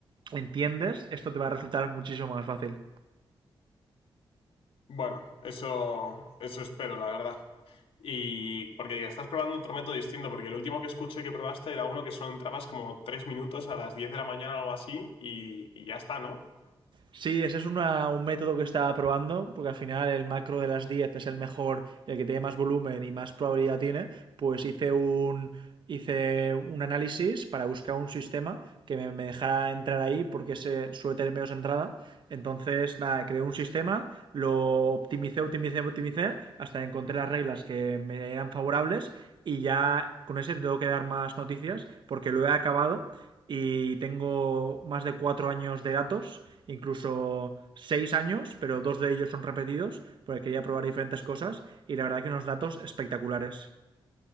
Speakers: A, on the right; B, on the left.
A: entiendes, esto te va a resultar muchísimo más fácil.
B: Bueno, eso, eso espero, la verdad. Y porque estás probando otro método distinto, porque el último que escuché que probaste era uno que solo entrabas como tres minutos a las 10 de la mañana o algo así y, y ya está, ¿no?
A: Sí, ese es una- un método que estaba probando, porque al final el macro de las 10 es el mejor y el que tiene más volumen y más probabilidad tiene, pues hice un, hice un análisis para buscar un sistema que me, me dejara entrar ahí, porque se suele tener menos entrada. Entonces, nada, creé un sistema, lo optimicé, optimicé, optimicé, hasta que encontré las reglas que me eran favorables y ya con ese te tengo que dar más noticias, porque lo he acabado y tengo más de cuatro años de datos incluso seis años, pero dos de ellos son repetidos, porque quería probar diferentes cosas y la verdad que unos datos espectaculares.